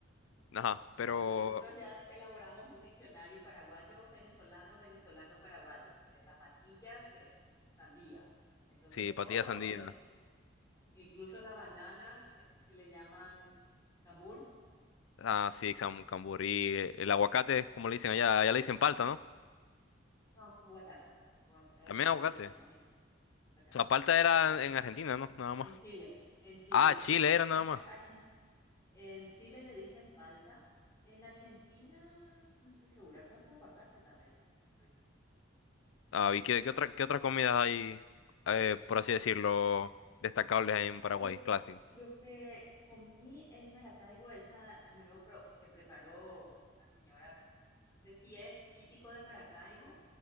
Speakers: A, on the left (about 80°); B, on the left (about 20°).
A: ajá, pero
B: ya, nosotros ya elaboramos un diccionario paraguayo, venezolano, venezolano, paraguayo, porque la patilla que sandía. Entonces
A: sí,
B: todo
A: patilla de sandía.
B: es, incluso la banana que, que le llaman cambur
A: Ah, sí, cam- camburí. eh, El aguacate, como le dicen allá, allá le dicen palta, ¿no?
B: No, aguacate. Agua- A veces
A: También
B: sí
A: aguacate.
B: le llamamos igual. Aguacate.
A: O sea, palta
B: Sí.
A: era en Argentina, ¿no? Nada más.
B: En Chile, en Chile.
A: Ah, Chile era nada
B: En,
A: más.
B: Argen- en Chile le dicen palta. En Argentina, no estoy segura. Creo que aguacate también. No estoy segura. Esa
A: Ah,
B: es
A: ¿y
B: duda.
A: qué, qué otra- qué otras comidas hay, eh, por así decirlo, destacables en
B: Lo
A: Paraguay,
B: que,
A: clásico?
B: lo que comí en Maracaibo ese año nuevo pro- que preparó una señora, que- no sé si es típico de Maracaibo